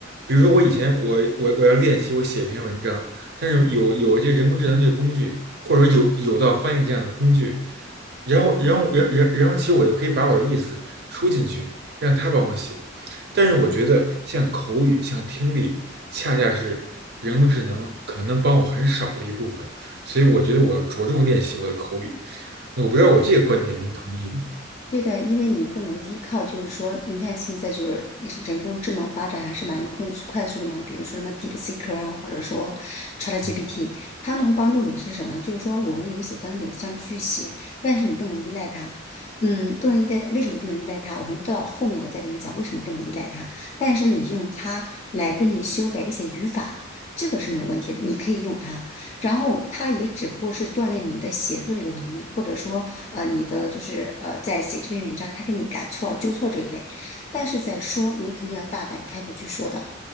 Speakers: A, on the right; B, on the left.
A: 比如说我以前我我我要练习我写一篇文章，但是有有这个人工智能这个工具，或者说有有道翻译这样的工具，然后然后然然然后其实我就可以把我的意思输进去，让他帮我写。但是我觉得像口语、像听力，恰恰是人工智能可能能帮我很少的一部分，所以我觉得我要着重练习我的口语。那我不知道我这个观点您同意吗？
B: 对的，因为你不能依靠，就是说，你看现在就是人工智能发展还是蛮快快速的嘛，比如说什么 DeepSeek 啊，或者说 ChatGPT，
A: 嗯
B: 它能帮助你是什么呢？就是说我们有一些观点想去写，但是你不能依赖它，嗯，不能依赖它。为什么不能依赖它？我们到后面我再给你讲为什么不能依赖它。但是呢，你用它来给你修改一些语法，这个是没有问题的，你可以用它。然后它也只不过是锻炼你的写作的一个能力，或者说呃你的就是呃在写这篇文章，他给你改错了、纠错这一类。但是在说，你肯定要大胆开口去说的。